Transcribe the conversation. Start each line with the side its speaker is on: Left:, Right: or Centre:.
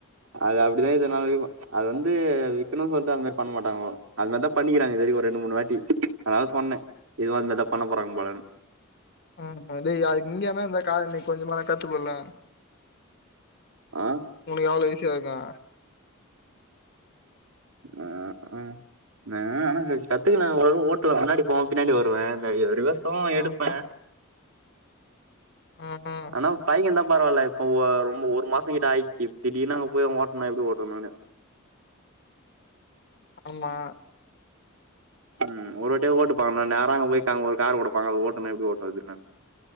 Right: அது அப்டிதா இதுனால் வரைக்கு அது வந்து விக்ணும் சொல்லிட்டு அது மாரி பண்ண மாட்டாங்க அது தாண்டா பண்ணிக்கிறாங்க இதுவரையு ஒரு ரெண்டு மூணு வாட்டி அதா சொன்னே இதுவு அதாடா பண்ண போறாங்கனு
Left: அ டேய் அதுக்கு இங்கயாதா இந்த கார நீ கொஞ்சமால நீ கத்துக்குள்ளே
Right: ஆ
Left: ஒனக்கு எவ்ள ஈசியா இருக்கு
Right: ஆ அ நா ஆனா கத்துக்குலா ஓரளவு ஓட்டுவே முன்னாடி போவே பின்னாடி வருவே இந்த இரு ரிவேஸு
Left: ம்
Right: எடுப்பே
Left: ம் ம் ம்
Right: ஆ கை எல்லா பரவால்ல இப்ப ஒ ஒரு மாச கிட்ட ஆயிட்ச்சி இப்ப திடீர்னு அங்க போய் ஓட்னா எப்டி ஓட்டுவே நானு
Left: ஆமா
Right: ம் ஒருவாட்டி ஓட்டுப்பாங்க நா நேர அங்க போய் ஒரு கார் குடுப்பாங்க அத ஓட்டுனா எப்டி ஓட்டுவே <unintelligible>